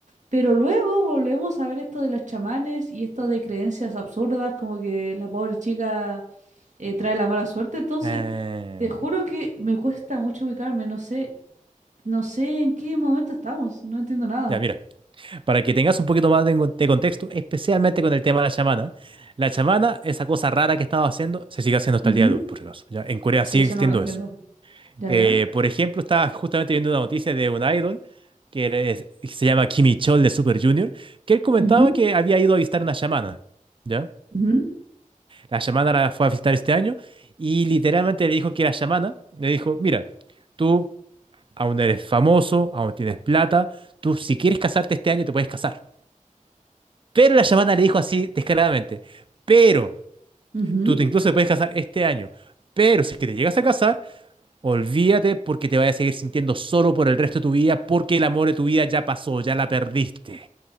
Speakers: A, on the right (about 60°); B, on the right (about 40°).
A: Pero luego volvemos a ver esto de los chamanes y esto de creencias absurdas, como que la pobre chica eh, trae la mala suerte. Entonces,
B: Eh,
A: te juro que me cuesta mucho ubicarme, no sé, no sé en qué momento estamos, no entiendo nada.
B: ya, mira, para que tengas un poquito más de, de contexto, especialmente con el tema de la chamana. La chamana, esa cosa rara que estaba haciendo, se sigue haciendo hasta
A: Ujú.
B: el día de hoy, por si acaso. Ya, en Corea
A: Sí,
B: sigue
A: eso
B: existiendo
A: no lo entiendo.
B: eso.
A: Ya,
B: Eh,
A: ya.
B: por ejemplo, estaba justamente viendo una noticia de un idol que es- se llama Kimi Chol de Super Junior, que él comentaba
A: Ujú,
B: que había ido a visitar una chamana, ¿ya?
A: ujú,
B: La chamana la fue a visitar este año y literalmente le dijo que la chamana le dijo, mira, tú aún eres famoso, aún tienes plata, tú si quieres casarte este año te puedes casar. Pero la chamana le dijo así descaradamente, pero
A: ujú.
B: tú te- incluso te puedes casar este año, pero si es que te llegas a casar Olvídate porque te vas a seguir sintiendo solo por el resto de tu vida porque el amor de tu vida ya pasó, ya la perdiste.